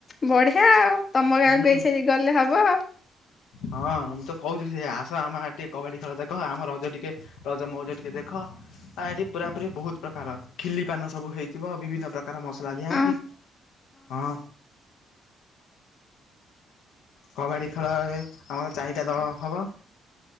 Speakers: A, on the left; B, on the left.
A: ବଢିଆ ଆଉ। ତମ ଗାଁକୁ
B: ହୁଁ।
A: <unintelligible> ଗଲେ ହବ ଆଉ।
B: ହଁ, ମୁଁ ତ କହୁଥିଲି ସେଇଆ ଆସ ଆମ ଟିକେ କବାଡି ଖେଳ ଦେଖ। ଆମ ରଜ ଟିକେ ରଜ ମଉଜ ଟିକେ ଦେଖ। ଆ ଏଠି ପୁରାପୁରି ବହୁତ ପ୍ରକାର, ଖିଲି ପାନ ସବୁ ହେଇଥିବ ବିଭିନ୍ନ ପ୍ରକାର ମସଲା ଦିଆ
A: ଆଉ
B: ହେଇକି। ହଁ। କବାଡ଼ି ଖେଳରେ ଆମର ଚାରିଟା ଦଳ ହବ।